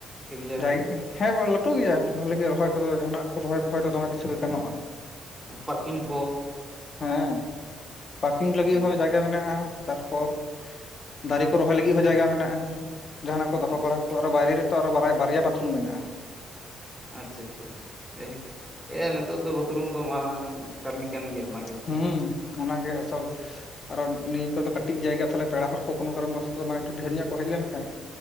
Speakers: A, in the centre; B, on the left (about 45°).
A: ᱮᱨᱤᱭᱟ
B: ᱡᱟᱭᱜᱟ ᱦᱮᱸ ᱵᱟᱝ ᱞᱟᱹᱴᱩ ᱜᱮᱭᱟ, ᱵᱷᱟᱞᱮ ᱜᱮ ᱨᱚᱦᱚᱭ ᱠᱚᱫᱚ ᱡᱟᱦᱟᱱᱟᱜ ᱠᱚ ᱨᱚᱦᱚᱭ ᱯᱷᱚᱦᱟᱭ ᱫᱚ ᱫᱚᱢᱮ ᱠᱤᱪᱷᱩ ᱜᱮ ᱜᱟᱱᱚᱜᱼᱟ᱾
A: ᱟᱨ ᱯᱟᱨᱠᱤᱝ ᱠᱚ?
B: ᱦᱮᱸ ᱯᱟᱨᱠᱤᱝ ᱞᱟᱹᱜᱤᱫ
A: ᱟᱪᱪᱷᱟ
B: ᱦᱚᱸ ᱡᱟᱭᱜᱟ ᱢᱮᱱᱟᱜᱼᱟ᱾ ᱛᱟᱨᱯᱚᱨ ᱫᱟᱨᱮ ᱠᱚ ᱨᱚᱦᱚᱭ ᱞᱟᱹᱜᱤᱫ ᱦᱚᱸ ᱡᱟᱭᱜᱟ ᱢᱮᱱᱟᱜᱼᱟ, ᱡᱟᱦᱟᱱᱟᱜ ᱠᱚ ᱫᱚᱦᱚ
A: ᱟᱪᱪᱷᱟ
B: ᱵᱟᱲᱟ ᱠᱚ ᱟᱨᱚ ᱵᱟᱭᱨᱮ ᱨᱮ ᱛᱚ ᱟᱨᱚ ᱵᱟᱨᱟ ᱵᱟᱨᱭᱟ ᱵᱟᱛᱷᱨᱩᱢ ᱢᱮᱱᱟᱜᱼᱟ᱾
A: ᱟᱪᱪᱷᱟ ᱟᱪᱪᱷᱟ ᱡᱟᱭ ᱦᱳᱠ ᱮᱭᱟ ᱱᱤᱛᱚᱜ ᱫᱚ ᱵᱟᱛᱷᱨᱩᱢ ᱫᱚ ᱢᱟᱨᱟᱝ ᱠᱟᱹᱢᱤ ᱠᱟᱱ ᱜᱮᱭᱟ ᱚᱱᱟ ᱜᱮ᱾
B: ᱦᱩᱸ ᱚᱱᱟᱜᱮ ᱟᱥᱚᱞ ᱟᱨᱚ ᱱᱤᱭᱟᱹ ᱠᱚ ᱫᱚ ᱠᱟᱹᱴᱤᱡ ᱡᱟᱭᱜᱟ ᱛᱟᱦᱚᱞᱮ ᱯᱮᱲᱟ ᱦᱚᱲ ᱠᱚ ᱠᱳᱱᱳ ᱠᱟᱨᱚᱱ ᱵᱚᱥᱚ ᱢᱟᱱᱮ ᱮᱠᱴᱩ ᱰᱷᱮᱨ ᱧᱚᱜ ᱠᱚ ᱦᱮᱡ ᱞᱮᱱ ᱠᱷᱟᱡ